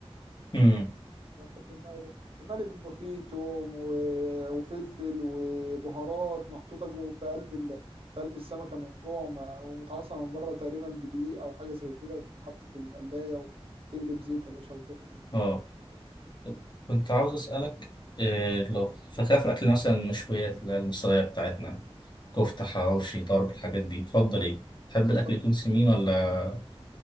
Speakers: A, on the right (about 60°); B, on the left (about 45°).
A: فاهم
B: امم
A: بحب المقلي المقلي بيبقى فيه توم و- وفلفل وبهارات محطوطة جوه في قلب ال... في قلب السمكة من جوه وم- ومتعصرة من بره تقريبا بدقيق أو حاجة زي كده وبتتحط في القلاية وتقلب زيت يا باشا وتخرب الدنيا
B: اه
A: أنت وتقعد تاكل.
B: طب كنت عاوز أسألك إيه لو في خلاف الأكل مثلا المشويات اللي هي المصرية بتاعتنا كفتة حواوشي ضرب الحاجات دي تفضل إيه؟ تحب
A: أفضل
B: الأكل يكون سمين ولا